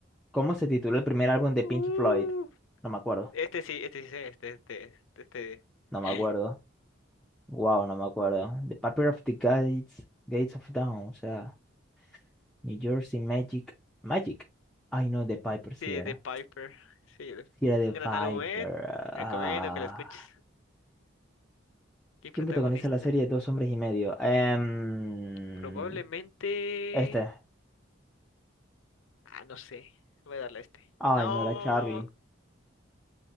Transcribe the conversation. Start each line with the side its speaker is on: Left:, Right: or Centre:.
Centre: ¿Cómo se titula el primer álbum de
Left: Uh,
Centre: Pink Floyd? No me acuerdo,
Left: este sí, este sí, sé, este, este, este,
Centre: no me acuerdo.
Left: este. <laughs>
Centre: Wow, no me acuerdo. The Paper of the Gates, Gates of Dawn, o sea, New Jersey Magic, Magic. Ay, no, The Piper, sí
Left: Sí,
Centre: era.
Left: de Piper. Sí,
Centre: Sí era The
Left: un gran
Centre: Piper.
Left: álbum, eh.
Centre: Ah.
Left: Recomiendo que lo escuches. ¿Quién
Centre: ¿Quién
Left: protagonista?
Centre: protagoniza la serie Dos hombres y medio? Em,
Left: Probablemente.
Centre: este.
Left: Ah, no sé. Voy a darle a este.
Centre: Ay,
Left: No,
Centre: no era Charlie.